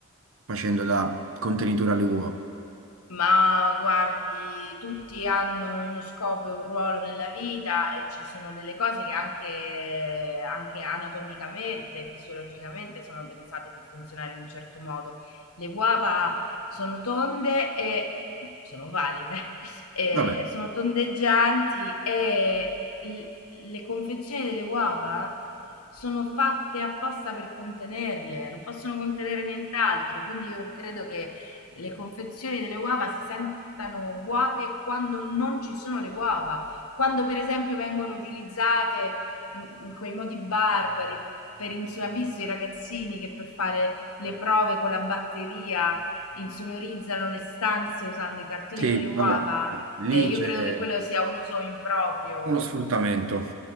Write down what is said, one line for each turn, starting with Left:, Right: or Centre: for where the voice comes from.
Right: facendo da contenitore alle uova?
Left: Ma guardi, tutti hanno uno scopo e un ruolo nella vita e ci sono delle cose che anche, anche anatomicamente, fisiologicamente sono pensate per funzionare in un certo modo. Le uova sono tonde e sono valide, <laughs> e
Right: Vabbè.
Left: sono tondeggianti e l- le confezioni delle uova sono fatte apposta per contenerle, non possono contenere nient'altro, quindi io credo che le confezioni delle uova si sentano vuote quando non ci sono le uova, quando per esempio vengono utilizzate in in quei modi barbari per insu- ha visto i ragazzini che per fare le prove con la batteria insonorizzano le stanze usando i cartoni
Right: Sì,
Left: delle uova,
Right: vabbè, lì
Left: Eh, io
Right: c'è
Left: credo che quello sia un uso improprio
Right: uno sfruttamento,